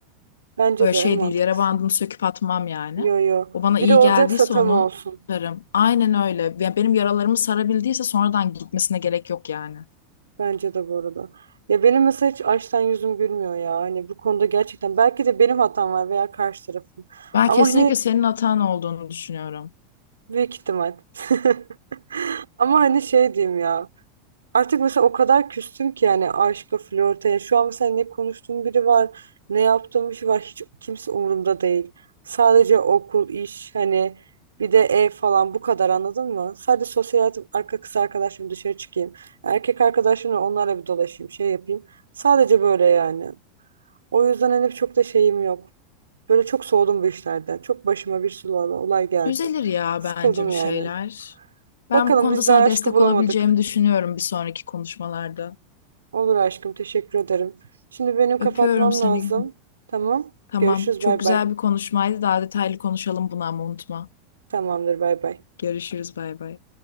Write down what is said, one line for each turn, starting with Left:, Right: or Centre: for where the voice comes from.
Right: Bence
Left: Böyle
Right: de
Left: şey
Right: en mantıklısı.
Left: değil yara bandını söküp atmam yani.
Right: Yo yo.
Left: O bana
Right: Biri
Left: iyi
Right: olacaksa
Left: geldiyse
Right: tam
Left: onu
Right: olsun.
Left: sararım. Aynen öyle. Ya benim yaralarımı sarabildiyse sonradan gitmesine gerek yok yani.
Right: Bence de bu arada. Ya benim mesela hiç açtan yüzüm gülmüyor ya. Hani bu konuda gerçekten belki de benim hatam var veya karşı tarafın.
Left: Ben
Right: Ama
Left: kesinlikle
Right: hani
Left: senin hatan olduğunu düşünüyorum.
Right: Büyük ihtimal. <laughs> Ama hani şey diyeyim ya. Artık mesela o kadar küstüm ki yani aşka, flörte. Yani şu an mesela ne konuştuğum biri var, ne yaptığım bir şey var. Hiç kimse umurumda değil. Sadece okul, iş, hani bir de ev falan bu kadar anladın mı? Sadece sosyal hayatım, arka kız arkadaşım dışarı çıkayım. Erkek arkadaşımla onlarla bir dolaşayım, şey yapayım. Sadece böyle yani. O yüzden hani çok da şeyim yok. Böyle çok soğudum bu işlerden. Çok başıma bir sürü olay olay geldi.
Left: Düzelir ya
Right: Sıkıldım
Left: bence bir şeyler.
Right: yani.
Left: Ben
Right: Bakalım
Left: bu konuda
Right: biz
Left: sana
Right: daha aşkı
Left: destek
Right: bulamadık.
Left: olabileceğimi düşünüyorum bir sonraki konuşmalarda.
Right: Olur aşkım teşekkür ederim. Şimdi benim kapatmam
Left: Öpüyorum seni.
Right: lazım. Tamam.
Left: Tamam.
Right: Görüşürüz
Left: Çok
Right: bay
Left: güzel
Right: bay.
Left: bir konuşmaydı. Daha detaylı konuşalım bunu ama unutma.
Right: Tamamdır bay bay.
Left: Görüşürüz. Bay bay.